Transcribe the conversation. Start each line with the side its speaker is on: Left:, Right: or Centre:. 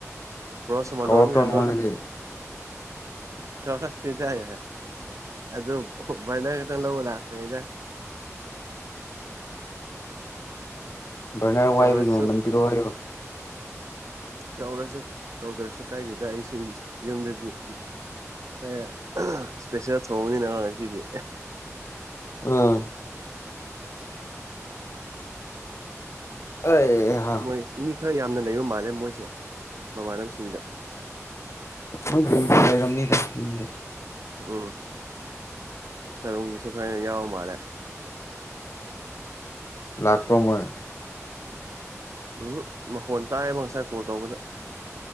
Right: ꯭ꯔ ꯁ ꯃꯗꯟ
Left: ꯀꯧꯔꯛꯇ꯭ꯔꯣ
Right: ꯀꯀ
Left: ꯅꯉꯣꯟꯗꯗꯤ
Right: ꯀ ꯇꯗꯒ ꯑꯗꯨ ꯅ ꯀꯇꯅꯧꯕꯂ ꯑꯗ
Left: ꯕꯔꯅ ꯋꯥꯏꯕꯒꯤ
Right: ꯀꯧꯔꯁꯨ
Left: ꯃꯃꯜ ꯄꯤꯔꯛꯑꯣ ꯍꯥꯏꯌꯣ
Right: ꯀꯧꯔꯁꯨ ꯀꯧꯗ꯭ꯔꯁꯨ ꯀꯥꯏꯗꯦꯗ ꯑꯩꯁꯨ ꯌꯨꯝꯗꯗꯤ ꯊꫭꯛꯑꯦ ꯏꯁꯄꯦꯁꯦꯜ ꯊꯣꯡꯕꯅꯤꯅꯕ ꯉꯁꯤꯗꯤ
Left: ꯑꯥ ꯑꯩ ꯍꯥ
Right: ꯍꯣꯏ ꯃꯤ ꯈꯔ ꯌꯥꯝꯅ ꯂꯩꯕ ꯃꯥꯜꯂꯦ ꯃꯣꯏꯁꯦ ꯃꯃꯥꯟꯅꯕꯁꯤꯡꯗ
Left: ꯃꯣꯏ ꯑꯗꯨꯝ ꯂꯩꯔꯝꯅꯤꯗ ꯌꯨꯝꯗ
Right: ꯎꯝ ꯇꯔꯨꯝꯒꯤꯁꯨ ꯈꯔ ꯌꯥꯎꯕ ꯃꯥꯜꯂꯦ
Left: ꯂꯥꯛꯄ꯭ꯔ ꯃꯣꯏ
Right: ꯎꯝ ꯃꯈꯣꯟ ꯇꯥꯏꯌꯦꯕ ꯉꯁꯥꯏ ꯀꯣꯜ ꯇꯧꯕꯗ